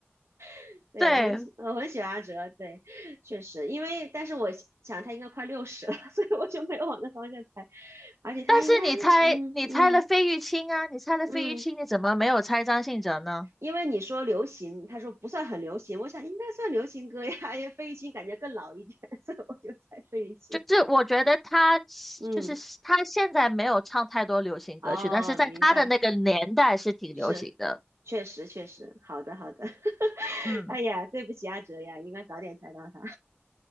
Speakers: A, on the right; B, in the centre.
A: <laughs> 对，
B: 对，
A: 我很喜，我很喜欢阿哲。对，确实，因为但是我想他应该快六十了，<laughs> 所以我就没有往那方向猜。而且他应该，
B: 但是你猜，
A: 嗯嗯
B: 你猜了费玉清啊，你猜了费玉清，
A: 嗯，
B: 你怎么没有猜张信哲呢？
A: 因为你说流行，他说不算很流行，我想应该算流行歌呀，<laughs> 因为费玉清感觉更老一点，<laughs> 所以我就猜费玉清。
B: 就是我觉得他
A: 嗯，
B: 就是他现在没有唱太多流行歌曲，
A: 哦，
B: 但是在他的那个年代是挺流行的。
A: 明白，是，确实确实，好的好的。<laughs>
B: 嗯
A: 哎呀，对不起阿哲呀，应该早点猜到他。